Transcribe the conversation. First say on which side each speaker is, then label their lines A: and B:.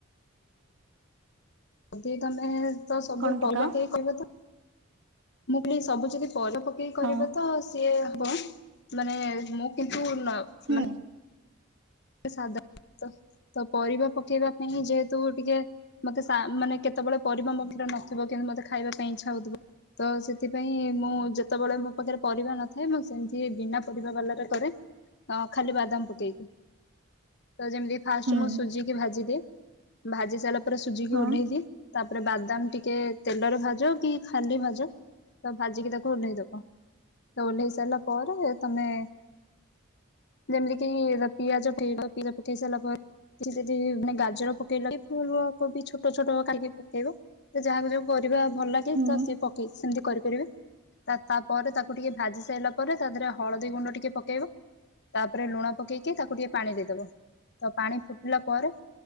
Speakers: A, on the left; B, on the right.
A: ଯଦି ତମେ ତ ସବୁ
B: କଣ ପକାଅ?
A: କଲ କହିବ ତ ମୁଁ କହିଲି ସବୁ ଯଦି ପଲ ପକେଇକି କରିବ
B: ହଁ
A: ତ ସିଏ ହବ। ମାନେ ମୁଁ କିନ୍ତୁ ନ
B: ହୁଁ
A: ମାନେ ସାଧାରଣତଃ ତ ପରିବା ପକେଇବା ପାଇଁ ଯେହେତୁ ଟିକେ ମତେ ସା ମାନେ କେତେବେଳେ ପରିବା ମୋ ପାଖ ରେ ନଥିବ କିନ୍ତୁ ମୋତେ ଖାଇବା ପାଇଁ ଇଚ୍ଛା ହଉଥିବ। ତ ସେଥିପାଇଁ ମୁଁ ଯେତେବେଳେ ମୋ ପାଖରେ ପରିବା ନଥାଏ ମୁଁ ସେମିତି ବିନା ପରିବା ବାଲା ରେ କରେ। ହ ଖାଲି ବାଦାମ ପକେଇକି। ତ ଯେମିତି ଫାଷ୍ଟ
B: ହୁଁ
A: ମୁଁ ସୁଜିକି ଭାଜିଦିଏ ଭାଜି ସାରିଲା ପରେ ସୁଜିକି
B: ହଁ
A: ଓଲେହି ଦିଏ। ତାପରେ ବାଦାମ ଟିକେ ତେଲରେ ଭାଜ କି ଖାଲି ଭାଜ। ତ ଭାଜିକି ତାକୁ ଓହ୍ଲେଇ ଦବ ତ ଓହ୍ଲେଇ ସାରିଲା ପରେ ତମେ ଯେମିତି କି ଦେ ପିଆଜ ଭେଡ଼ ପିଜାଟି ପାକେଇ ସାଇଲା ପରେ ଟି ଯଦି ମାନେ ଗାଜର ପକେଇଲ ଫୁଲ କବି ଛୋଟ ଛୋଟ ଖାଢ଼ିକି ପକେଇବ। ତ ଯାହାକୁ ଯୋଉ ପରିବା ଭଲ ଲାଗେ
B: ହୁଁ
A: ତ ସିଏ ପକେଇକି ସେମିତି କରିପାରିବେ। ତା ତାପରେ ତାକୁ ଟିକେ ଭାଜି ସାରିଲା ପରେ ତା ଦେହରେ ହଳଦୀ ଗୁଣ୍ଡ ଟିକେ ପକେଇବ। ତାପରେ ଲୁଣ ପକେଇକି ତାକୁ ଟିକେ ପାଣି ଦେଇଦବ ତ ପାଣି ଫୁଟିଲା ପରେ।